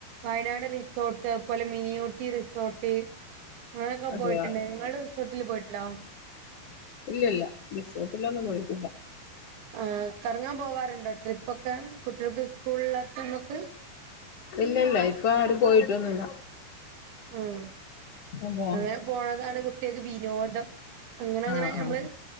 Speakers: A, on the right; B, on the left.
A: വയനാട് റിസോട്ട് പോലെ മിനിയൂട്ടി റിസോട്ട് അങ്ങനൊക്കെ
B: അതെയ
A: പോയിട്ടുണ്ട് നിങ്ങള് റിസോട്ടില് പോയിട്ട്ണ്ടോ
B: ഇല്ലില്ല റിസോട്ടിലൊന്നും പോയിട്ട്ല്ല
A: ആ കറങ്ങാൻ പോവാറുണ്ടോ ട്രിപ്പൊക്കെ കുട്ടികൾക്ക് സ്കൂളിലാത്തന്നൊക്ക്
B: ഇല്ലില്ല ഇപ്പൊ ആര് പോയിട്ടൊന്നുല്ല
A: ആ
B: അതെ
A: അങ്ങനെ പോണതാണ് കുട്ട്യേക്ക് വിനോദം അങ്ങനങ്ങനെ
B: ആഹ്
A: നമ്മള്
B: ആഹ്